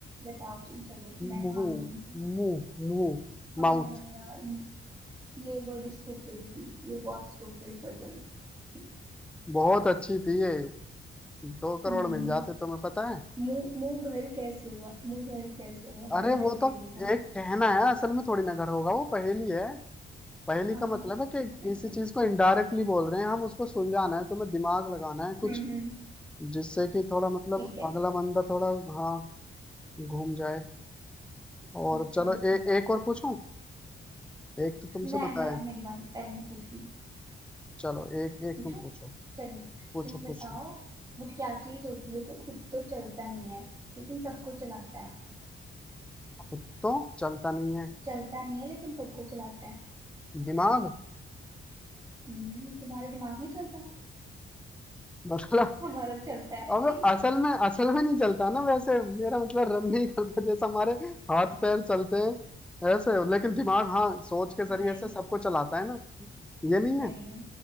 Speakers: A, on the right; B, in the centre.
A: बताओ तुम चलो मैं
B: मुंह
A: हार नहीं थी
B: मुंह मुंह माउथ
A: और यार ये बड़ी स्टूपिड थी ये बहुत स्टूपिड पजल थी
B: बहुत अच्छी थी ये दो करोड़
A: हम्म,
B: मिल जाते तुम्हें पता है
A: मुंह मुंह घर कैसे हुआ मुंह घर कैसे हुआ पहले
B: अरे
A: मेरे
B: वो
A: को ये
B: तो
A: बताओ
B: एक कहना है असल में थोड़ी नगर होगा वो पहेली है पहेली
A: हाँ
B: का मतलब
A: हाँ ठीक
B: है कि
A: है समझ
B: किसी
A: गए
B: चीज को इनडायरेक्टली बोल रहे हैं हम उसको सुलझाना है तुम्हें दिमाग लगाना है
A: हम्म
B: कुछ
A: हम्म
B: जिससे कि थोड़ा मतलब
A: ठीक है
B: अगला बंदा थोड़ा हाँ घूम जाए और
A: ओके
B: चलो ए, एक और पूछूं एक तो तुमसे
A: मैं
B: बताया
A: मैं अब मेरी बारी पहले मैं पूछूंगी
B: चलो एक एक
A: पूछूं
B: तुम पूछो
A: चलो
B: पूछो
A: तुम बताओ
B: पूछो
A: वो क्या चीज होती है जो खुद तो चलता नहीं है लेकिन सबको चलाता है
B: खुद तो चलता नहीं है
A: चलता नहीं है लेकिन सबको चलाता है
B: दिमाग <laughs>
A: हम्म तुम्हारा दिमाग नहीं चलता
B: मतलब
A: हमारा तो चलता है
B: अब असल में असल में नहीं चलता ना वैसे मेरा मतलब रन नहीं करता जैसे हमारे हाथ पैर चलते हैं ऐसे लेकिन दिमाग हाँ सोच के जरिए
A: नहीं
B: से सबको चलाता है ना ये नहीं
A: नहीं
B: है